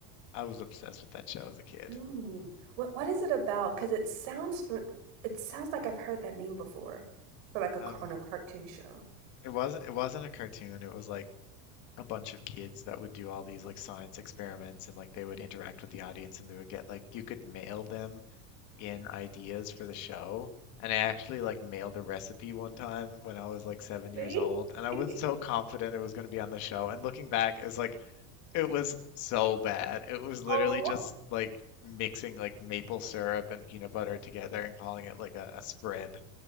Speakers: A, on the left; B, on the right.
A: I was obsessed with that show as a kid.
B: Ooh. What what is it about? Because it sounds for it sounds like I've heard that name before for like a
A: Um,
B: car on a cartoon show.
A: It wasn't it wasn't a cartoon. It was like a bunch of kids that would do all these like science experiments and like they would interact with the audience and they would get like you could mail them in ideas for the show. And I actually like mailed a recipe one time when I was like seven
B: Really?
A: years old, and I
B: <laughs>
A: was so confident it was going to be on the show. And looking back, it was like it was so bad. It was literally
B: Oh,
A: just like mixing like maple syrup and peanut butter together and calling it like a, a spread